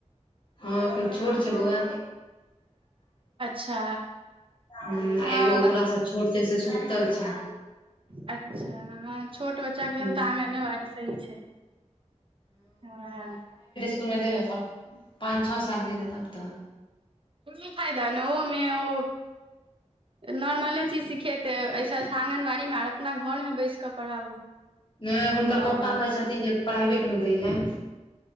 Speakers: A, on the left; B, on the right.
A: हँ अखैन छोट छै बौआ।
B: अच्छा
A: हूॅं
B: हँ
A: एगो ओकरा
B: बच
A: से छोट छै से सुतल छै।
B: अच्छा हॅं छोट बच्चा बच्चाक लेल
A: हूँ
B: तऽ आँगने बाड़ी सही छै। हँ।
A: इसकुलमे देबै पर पाँच छओ सालके हेतै तब तऽ।
B: कोनो फायदा ने ओहोमे ओ नॉर्मले चीज सिखेतै ऐसे बढ़िया आंगनबाड़ी मे आर अपना घर मे बैस कऽ पढ़ाबू
A: नहि हुनकर
B: हँ
A: पप्पा कहै छथिन जे प्राइवेट मे दै लए।